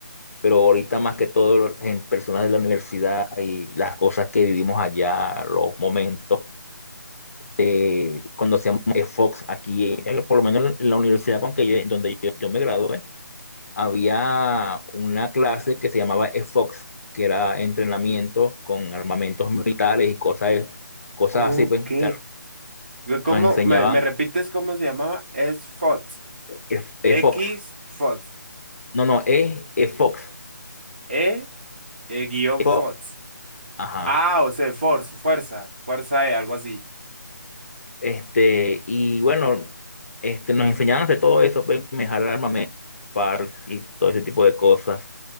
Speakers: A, on the left; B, on the right.
A: Pero ahorita más que todo en personas de la universidad y las cosas que vivimos allá, los momentos eh, cuando hacíamos Fox aquí, en- por lo menos en la universidad con que yo, donde yo, yo me gradué había una clase que se llamaba EFOX, que era entrenamiento con armamentos militares y cosas, cosas
B: Ok.
A: así, pues. O sea,
B: ¿Cómo,
A: nos enseñaban
B: me, me repites cómo se llamaba? Es FOTS.
A: EF-
B: X
A: EFOX.
B: FOTS.
A: No, no, E, EFOX.
B: E, eh, guión
A: EFOX.
B: FOTS.
A: Ajá.
B: Ah, o sea, force, fuerza, fuerza E, algo así.
A: Este, y bueno, este, nos enseñaban de todo eso, pues, manejar armamentos, PARS y todo ese tipo de cosas.